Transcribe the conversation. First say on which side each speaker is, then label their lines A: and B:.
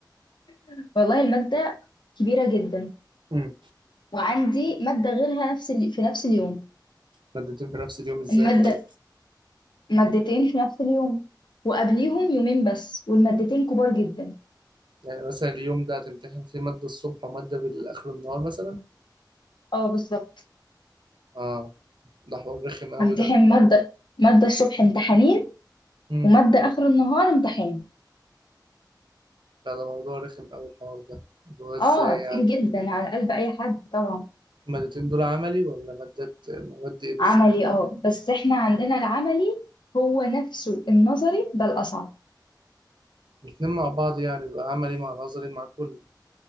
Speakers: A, on the left; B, on the right.
A: <laughs> والله الماده كبيره جدا
B: امم
A: وعندي ماده غيرها نفس ال... في نفس اليوم
B: مادتين في نفس اليوم ازاي
A: الماده
B: طيب
A: مادتين في نفس اليوم وقبليهم يومين بس والمادتين كبار جدا
B: يعني مثلا اليوم ده هتمتحن فيه مادة الصبح ومادة بالآخر النهار مثلا
A: اه بالظبط
B: اه ده حوار رخم قوي
A: همتحن
B: ده
A: ماده ماده الصبح امتحانين
B: امم
A: ومادة آخر النهار امتحان
B: لا ده موضوع رخم قوي الحوار ده اللي هو ازاي
A: اه تقيل
B: يعني
A: جدا على قلب أي حد طبعا
B: المادتين دول عملي ولا مادة مواد ايه بالظبط
A: عملي اه بس احنا عندنا العملي هو نفسه النظري بل أصعب
B: الاتنين مع بعض يعني بيبقى عملي مع نظري مع كله